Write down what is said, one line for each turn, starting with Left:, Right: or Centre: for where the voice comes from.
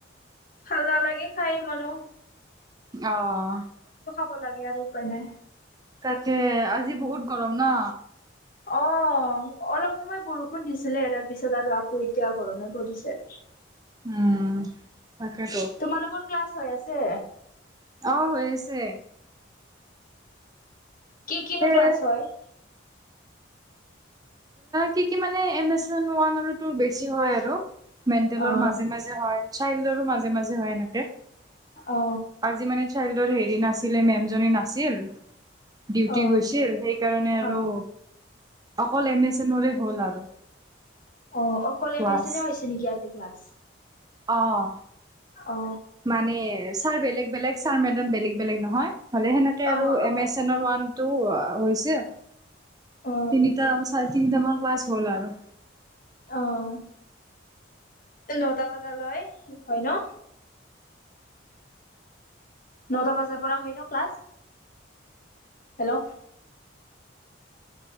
Left: ভাল নালাগে খাই ইমানো।
Right: আহ।
Left: দিবলাগে আৰু উপায় নাই।
Right: তাকে আজি বহুত গৰম ন'।
Left: অ'। অ', অলপ সময় বৰষুণ দিছিলে এৰাৰ পিছত আৰু আকৌ এতিয়া গৰমে পৰিছে।
Right: উম তাকেইেতো।
Left: তোমালোকৰ ক্লাছ হৈ আছে?
Right: অ', হৈ আছে।
Left: কি কি
Right: সেই
Left: ক্লাছ হয় আছে?
Right: কি কি মানে এম এছন ওৱান আৰু টুৰ বেছি হয় আৰু। মেণ্টেলৰ
Left: অ
Right: মাজে মাজে হয় চাইল্ডৰো মাজে মাজে হয় এনেকে।
Left: অ
Right: আজি মানে চাইল্ডৰ হেৰি নাছিলে মেম জনী নাছিল ডিউটি
Left: অ
Right: গৈছিল সেইকাৰণে আৰু
Left: অ
Right: কল এম এছ এনৰে হ'ল আৰু।
Left: অ', অকল
Right: ক্লাছ
Left: এম এছ এনে হৈছে নেকি আজি ক্লাছ?
Right: অ'।
Left: অ
Right: মানে ছাৰ বেলেগ বেলেগ ছাৰ মেডাম বেলেগ বেলেগ নহয়। হ'লে সেনেকে
Left: অ
Right: আৰু
Left: অ
Right: এমেজনৰ ওৱান টু হৈছে।
Left: অ
Right: তিনিতা চাৰে তিনি তা মান ক্লাছ হ'ল আৰু।
Left: অ', নটা বজালৈ হয় ন'? নটা বজাৰ পৰা হয় ন' class? Hello.